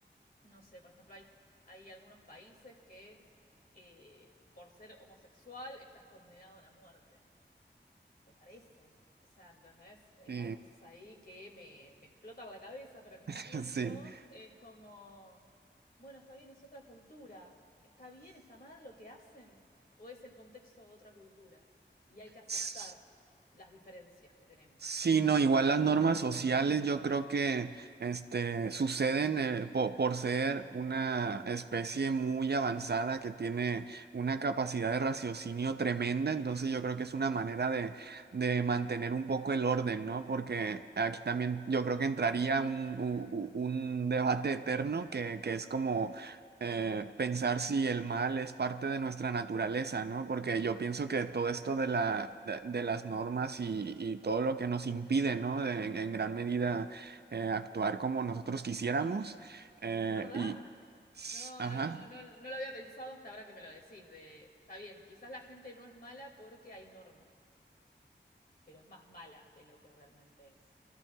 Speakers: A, on the left; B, on the right.
A: no sé, por ejemplo, hay, hay algunos países que eh, por ser homosexual estás condenado a la muerte. ¿te parece? O sea, ¿entendés? Eh,
B: Sí,
A: hay cosas ahí que me, me explotan la cabeza, pero al mismo
B: <laughs>
A: tiempo es como, bueno, está bien, es otra cultura. ¿Está bien, está mal lo que hacen? ¿O es el contexto de otra cultura? Y hay que aceptar
B: sí.
A: las diferencias que tenemos.
B: Sí, no, igual las normas
A: Eh,
B: sociales yo creo que este, suceden eh, po- por ser una especie muy avanzada que tiene una capacidad de raciocinio tremenda, entonces yo creo que es una manera de, de mantener un poco el orden, ¿no? Porque aquí también yo
A: Claro.
B: creo que entraría un, u- u- un debate eterno que, que es como eh, pensar si el mal es parte de nuestra naturaleza, ¿no? Porque yo pienso que todo esto de la, de, de las normas y, y todo lo que nos impide, ¿no? De- en, en gran medida eh, actuar como nosotros quisiéramos. eh,
A: Es verdad.
B: y,
A: No,
B: ajá,
A: no, no, no lo había pensado hasta ahora que me lo decís, de, está bien, quizás la gente no es mala porque hay normas, pero es más mala de lo que realmente es.